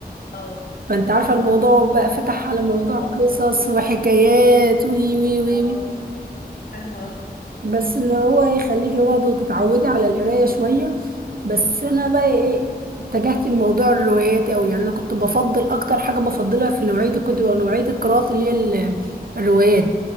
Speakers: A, on the left; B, on the right.
A: اه
B: فانت عارفه الموضوع بقى فتح على موضوع
A: طبعا
B: قصص وحكايات وي وي وي
A: اه
B: وي.
A: فاهمة قصدي.
B: بس اللي هو يخليكي برضه تتعودي على القراية شوية بس أنا بقى إيه اتجهت لموضوع الروايات أوي يعني أنا كنت بفضل أكتر حاجة بفضلها في نوعية الكتب أو نوعية القراءات اللي هي ال- الروايات